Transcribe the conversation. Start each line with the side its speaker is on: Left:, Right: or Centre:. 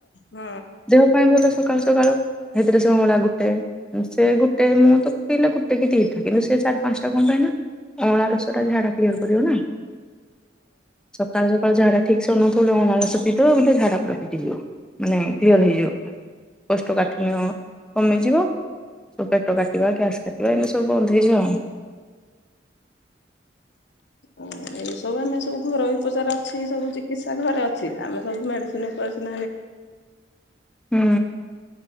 Left: ହଁ।
Centre: ଦେହ ପାଇଁ ଭଲ ସକାଳୁ ସକାଳୁ, ହେଇଥିରେ ସେ ଅଁଳା ଗୁଟେ। ଉଁ, ସେ ଗୁଟେ ମୁଁ ତ ପକେଇଲେ ଗୁଟେ କି ଦିଟା, କିନ୍ତୁ ସେ ଚାରି ପାନ୍ସଟା କଣ ପାଇଁ ନା ଅଁଳା ରସ ଟା ଝାଡା କ୍କ୍ଳିୟର୍ କରିବ ନା, ସକାଳୁ ସକାଳୁ ଝାଡା ଠିକ୍ ସେ ହଉ ନଥିଲେ ଅଁଳା ରସ ପିଇଦବ <unintelligible> ଝାଡା ପୁରା ଫିଟିଯିବ। ମାନେ କ୍ଲିୟର୍ ହେଇଯିବ ପୁରା। କୋଷ୍ଠକାଠିିନ୍ୟ କମିଯିବ। ତୋ ପେଟ କାଟିବା, ଗ୍ୟାସ୍ କାଟିବା ଏମିତି ସବୁ ବନ୍ଦ ହେଇଯା।
Left: ଅଁ, ଏଇ ସବୁ ଆମେ ସବୁ ଘରୋଇ ଉପଚାର ଅଛି, ସବୁ ଚିକିତ୍ସା ଘରେ ଅଛି। ଆମେ ସବୁ ମେଡିସି <unintelligible> ଘରେ
Centre: ହୁଁ